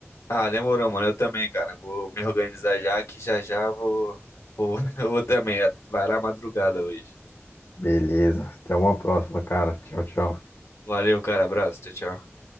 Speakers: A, on the left (about 75°); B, on the left (about 55°).
A: Ah, demorou, mano. Eu também, cara. Vou me organizar já que já já vou, vou, <laughs> eu vou também. Vai lá madrugada hoje.
B: Beleza, até uma próxima, cara. Tchau, tchau.
A: Valeu, cara. Abraço. Tchau, tchau.